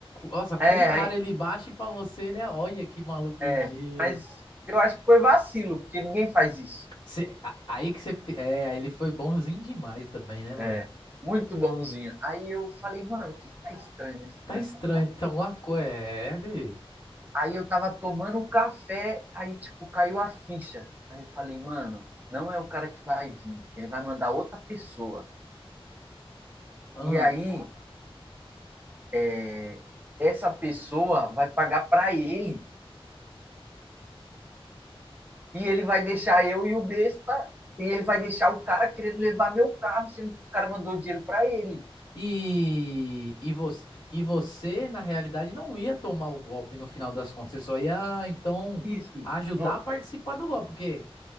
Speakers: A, on the left (about 55°); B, on the right (about 15°).
A: Nossa, pra
B: É,
A: um cara
B: aí,
A: ele baixa e pra você ele é. Olha que maluco
B: É,
A: ligeiro.
B: mas eu acho que foi vacilo, porque ninguém faz isso.
A: Cê- a- Aí que você. É, aí ele foi bonzinho demais também, né, mano?
B: É, muito bonzinho. Aí eu falei, mano, o que tá estranho nesse-
A: Tá
B: nessa
A: estranho,
B: parte?
A: tem alguma coisa. É, vê.
B: Aí eu tava tomando um café, aí, tipo, caiu a ficha. Aí eu falei, mano, não é o cara que vai vir, ele vai mandar outra pessoa.
A: Ah.
B: E aí, é, essa pessoa vai pagar pra ele, e ele vai deixar eu e o besta, e ele vai deixar o cara querendo levar meu carro, sendo que o cara mandou dinheiro pra ele.
A: E, e, você, e você, na realidade, não ia tomar o golpe no final das contas. Você só ia, então,
B: Isso.
A: ajudar
B: No-
A: a participar do golpe, porque.